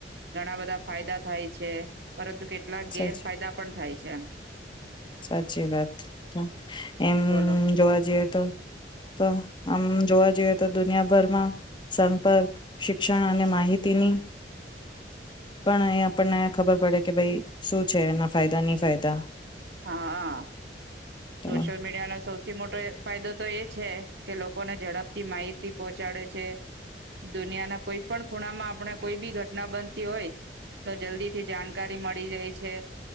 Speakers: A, on the right; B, on the left.
A: ઘણા બધા ફાયદા થાય છે. પરંતુ કેટ કેટલા
B: સાચી
A: ગેર ફાયદા પણ થાય છે. એમ
B: સાચી વાત. તો એમ
A: બોલો
B: જોવા જઈએ તો, તો આમ જોવા જઈએ તો દુનિયાભરમાં સંપર્ક, શિક્ષણ અને માહિતીની પણ અહી આપણને ખબર પડે કે ભાઈ શું છે. એના ફાયદા ની ફાયદા
A: હાઆ
B: તો
A: સોશિયલ મીડિયાના સૌથી મોટો એક ફાયદો તો એ છે કે લોકોને ઝડપથી માહિતી પહોંચાડે છે. દુનિયાના કોઈ પણ ખૂણામાં આપણે કોઈ બી ઘટના બનતી હોય, તો જલ્દી થી જાણકારી મળી જાય છે.